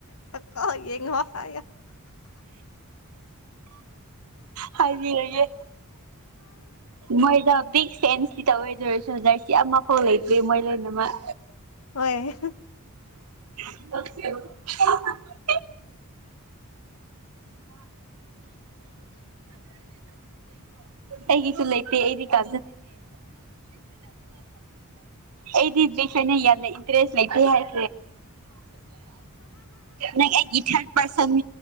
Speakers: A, on the left; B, on the right.
A: ꯀ ꯌꯦꯡꯉ ꯍꯥꯏ
B: ꯍꯥꯏꯕꯤ ꯍꯥꯏꯏꯦ ꯃꯣꯏꯗ ꯕꯤꯛ ꯆꯦꯟꯁꯇ ꯇ ꯑꯣꯏꯗꯔꯁꯨ ꯖꯔꯁꯤ ꯌꯥꯝ ꯃꯐꯥꯎ ꯂꯩꯇ꯭ꯔꯦ ꯃꯣꯏ ꯂꯩꯣꯏꯅꯃꯛ
A: ꯍꯣꯏ
B: <inaudible> <inaudible> ꯑꯩꯒꯤꯁꯨ ꯂꯩꯇꯦꯗꯤ ꯦ ꯑꯩꯗꯤ ꯅ ꯌꯥꯝꯅ ꯏꯟꯇꯔꯦꯁ ꯂꯩ ꯍꯥꯏꯦ ꯅ ꯊꯔ ꯄꯔꯁꯟ